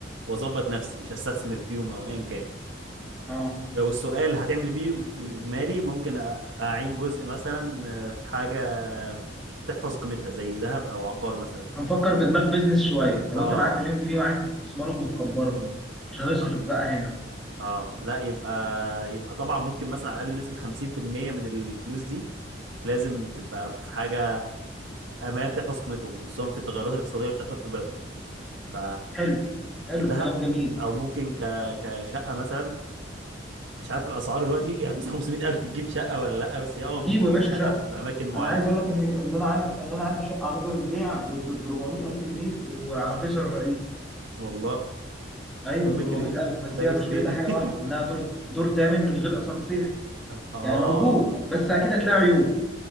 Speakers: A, on the right; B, in the centre.
A: واظبط نفسي مش هستثمر فيهم او ايا كان
B: اه
A: لو السؤال هتعمل بيه في الاجمالي ممكن أ- اعين جزء مثلا آه، في حاجه تحفظ قيمتها زي ذهب او عقار مثلا
B: هنفكر بدماغ بيزنس شوية لو
A: اه
B: أنت معاك مليون جنيه وعايز تستثمرهم وتكبرهم مش هنصرف
A: اه
B: بقى هنا
A: آه، لا يبقى يبقى طبعا ممكن مثلا على الاقل نسبه 50% من الفلوس دي لازم تبقى في حاجه امان تحفظ قيمتهم وخصوصا في التغيرات الاقتصاديه اللي بتحصل في البلد ف
B: حلو حلو
A: كدهب
B: كلام جميل
A: او ممكن ك... كشقه مثلا مش عارف الاسعار دلوقتي يعني مثلا 500000 تجيب شقه ولا لا بس هي اه
B: جيبوا
A: ممكن تجيب
B: يا باشا
A: شقه
B: شقة
A: في اماكن معينه
B: انا عايز اقول لك ان ان انا عندي ان انا عندي شقه عروضه للبيع ب 400000 جنيه وعلى فيصل الرئيسي
A: <clears throat> والله
B: أيوه
A: كم متر
B: ب 400000
A: دي
B: بس
A: ده
B: هي
A: اجي
B: مشكلتها
A: اشتريها دي
B: حاجة
A: <laughs>
B: واحدة إنها دور دور تامن من غير أسانسير
A: اه
B: يعني موجود بس أكيد هتلاقي عيوب